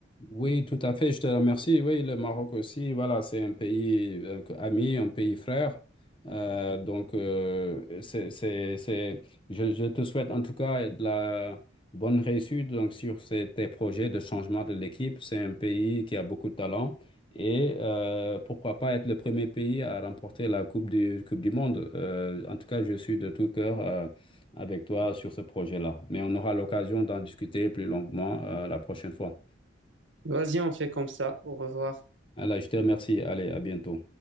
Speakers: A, on the left (about 25°); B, on the right (about 80°).
A: Oui, tout à fait, je te remercie. Oui, le Maroc aussi, voilà, c'est un pays euh, ami, un pays frère. Euh, donc, euh, c'est, c'est, c'est- je, je te souhaite en tout cas de la bonne réussite donc, sur ces- tes projets de changement de l'équipe. C'est un pays qui a beaucoup de talent et euh, pourquoi pas être le premier pays à remporter la Coupe du, Coupe du Monde. Euh, en tout cas, je suis de tout cœur euh, avec toi sur ce projet-là. Mais on aura l'occasion d'en discuter plus longuement euh, la prochaine fois.
B: Vas-y, on fait comme ça. Au revoir.
A: Alors, je te remercie. Allez, à bientôt.